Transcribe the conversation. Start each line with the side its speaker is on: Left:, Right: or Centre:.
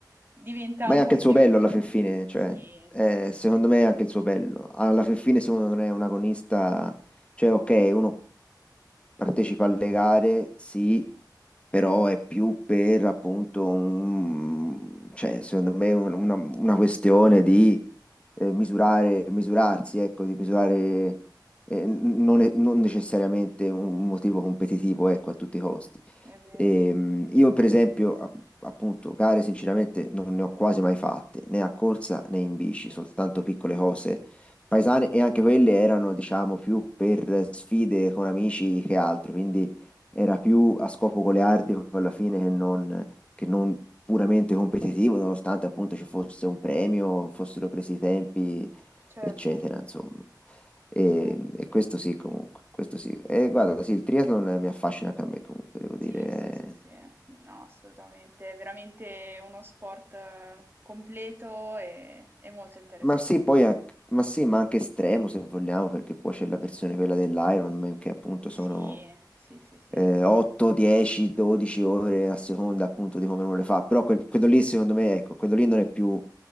Right: diventa
Left: Ma
Right: un
Left: è anche
Right: po'
Left: il
Right: più...
Left: suo bello
Right: <laughs>
Left: alla fin fine, cioè,
Right: Sì,
Left: eh,
Right: sì, sì,
Left: secondo
Right: sì,
Left: me
Right: sì,
Left: è anche il suo bello. Alla fin fine, se uno non è un agonista, cioè, ok, uno partecipa alle gare, sì, però è più per appunto un, cioè, secondo me un- una, una questione di eh, misurare, misurarsi, ecco, di misurare eh, n- non, è- non necessariamente un motivo competitivo, ecco, a tutti i costi.
Right: è vero,
Left: Ehm, io, per esempio, a- appunto, gare sinceramente non ne ho quasi mai fatte, né a corsa né in bici, soltanto piccole cose paesane e anche quelle erano, diciamo, più per sfide con amici che altro, quindi era più a scopo goliardico alla fine che non che non puramente competitivo, nonostante appunto ci fosse un premio, fossero presi i tempi,
Right: certo,
Left: eccetera, insomma. E,
Right: certo.
Left: e questo sì, comunque, questo sì. E guarda, sì, il triathlon eh, mi affascina anche a me, comunque, devo dire.
Right: Sì, sì, sì,
Left: eh.
Right: sì, no, assolutamente, è veramente uno sport eh, completo e, e molto interessante.
Left: Ma sì, poi anche- ma sì, ma anche estremo se vogliamo, perché poi c'è la versione quella dell'Ironman che appunto
Right: Sì,
Left: sono
Right: sì, sì, sì,
Left: eh, 8, 10, 12 ore a seconda appunto di come uno le fa. Però quel- quello lì, secondo me, ecco, quello lì non è più